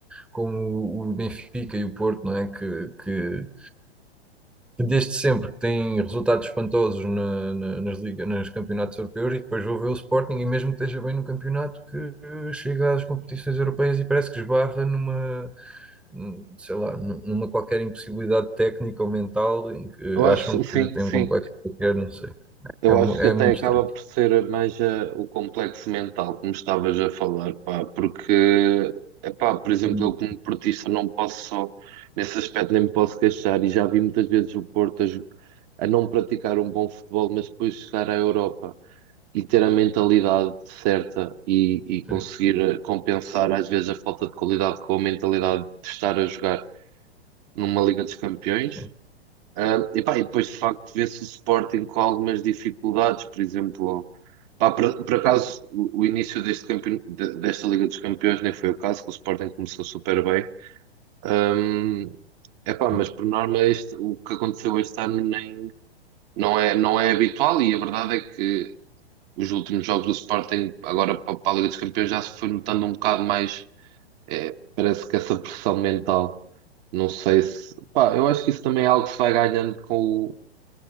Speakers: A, in the centre; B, on the right (about 40°).
A: como o Benfica e o Porto, não é? Que, que, desde sempre que tem resultados espantosos na- na- nas ligas, nos campeonatos europeus e depois vou ver o Sporting e mesmo que esteja bem no campeonato que eh, chega às competições europeias e parece que esbarra numa, hum, sei lá, nu- numa qualquer impossibilidade técnica ou mental em que
B: Eu acho,
A: acham que
B: sim,
A: tem
B: sim.
A: um complexo qualquer, não sei.
B: Eu
A: É, mu-
B: acho
A: é
B: que até
A: muito
B: acaba
A: estranho.
B: por ser mais eh, o complexo mental, como estavas a falar, pá, porque, epá, por exemplo,
A: Sim,
B: eu como portista não posso, nesse aspecto nem me posso queixar, e já vi muitas vezes o Porto a, jo- a não praticar um bom futebol, mas depois chegar à Europa e ter a mentalidade certa e, e
A: sim,
B: conseguir eh, compensar às vezes a falta de qualidade com a mentalidade de estar a jogar numa Liga dos Campeões.
A: sim.
B: Ah, e, pá, e depois, de facto, vê-se o Sporting com algumas dificuldades, por exemplo, pá, por, por acaso, o, o início deste campeon- de- desta Liga dos Campeões nem foi o caso, que o Sporting começou super bem. Ah, epá,
A: Sim.
B: mas por norma, este- o que aconteceu este ano nem, não é, não é habitual, e a verdade é que os últimos jogos do Sporting, agora para, para a Liga dos Campeões, já se foi notando um bocado mais, eh, parece que essa pressão mental. Não sei se. Pá, eu acho que isso também é algo que se vai ganhando com o